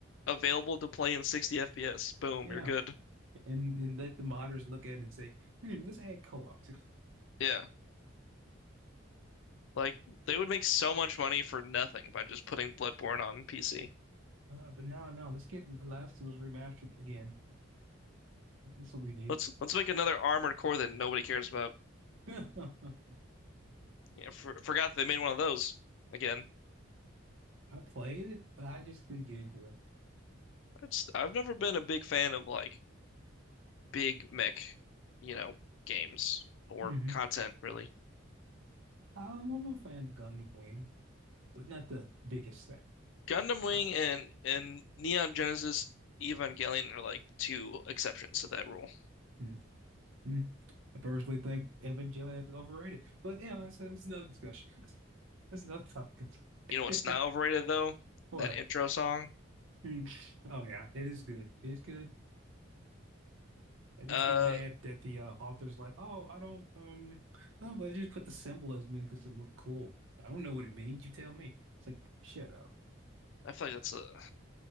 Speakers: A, on the left; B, on the right.
A: available to play in sixty FPS. Boom,
B: Yeah,
A: you're good.
B: and and let the modders look at it and say, hmm, let's add co-op to. It.
A: Yeah. Like they would make so much money for nothing by just putting Bloodborne on PC.
B: Uh, but no, no, let's get The Last of Us remastered again. That's what we need.
A: Let's let's make another Armored Core that nobody cares about.
B: <laughs> I
A: Yeah, for, forgot they made one of those again.
B: played it, but I just didn't get into it.
A: I just, I've never been a big fan of like big mech, you know, games or
B: Mhm.
A: content really.
B: Um, I'm a fan of Gundam Wing, but not the biggest fan.
A: Gundam Wing
B: Uh,
A: and and Neon Genesis Evangelion are like two exceptions to that rule.
B: mm, mm. I personally think Evangelion is overrated, but you know, it's, it's another discussion. <laughs> That's another topic.
A: You know what's
B: <laughs>
A: not overrated though?
B: What?
A: That intro song.
B: Mm. Oh yeah, it is good. It's good. I just
A: Uh,
B: get mad that the uh, author's like, oh, I don't, um, no, but I just put the symbolism in because it looked cool. I don't know what it means. You tell me. It's like, shut up.
A: I feel like that's a I